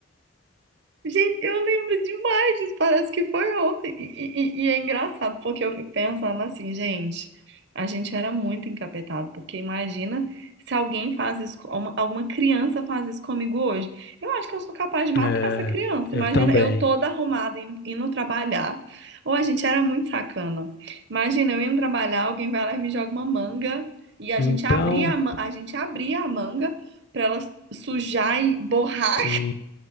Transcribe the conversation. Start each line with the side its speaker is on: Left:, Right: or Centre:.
Right: Gente, eu lembro demais disso, parece que foi ontem. E, e- e é engraçado, porque eu fico pensando assim, gente, a gente era muito encapetado, porque imagina se alguém faz isso, com- uma- alguma criança faz isso comigo hoje. Eu acho que eu sou capaz de matar
Left: É,
Right: essa criança.
Left: eu
Right: Imagina
Left: também.
Right: eu toda arrumada indo, indo trabalhar. Ou a gente era muito sacana. Imagina eu indo trabalhar, alguém vai lá e me joga uma manga, e a
Left: Então,
Right: gente abria a, ma- a gente abria a manga pra ela sujar e borrar
Left: sim,